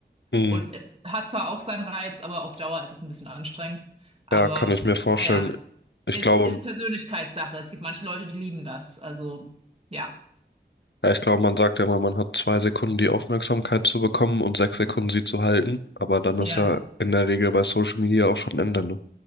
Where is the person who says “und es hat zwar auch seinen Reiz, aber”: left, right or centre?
Right